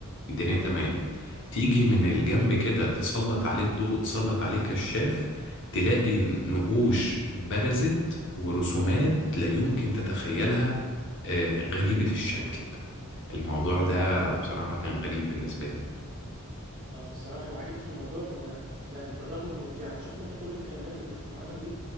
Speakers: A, on the left; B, on the right.
A: الدنيا تمام تيجي من الجنب
B: اه
A: كده تسلط عليه الضوء تسلط عليه كشاف تلاقي نقوش برزت ورسومات لا يمكن تتخيلها آه، غريبة الشكل
B: ال...
A: الموضوع ده
B: ال...
A: بصراحة كان غريب بالنسبة لي
B: اه الصراحة العجيب في الموضوع ان لأن بالرغم من يعني شوف انت كل الكلمات اللي بتتعمل دي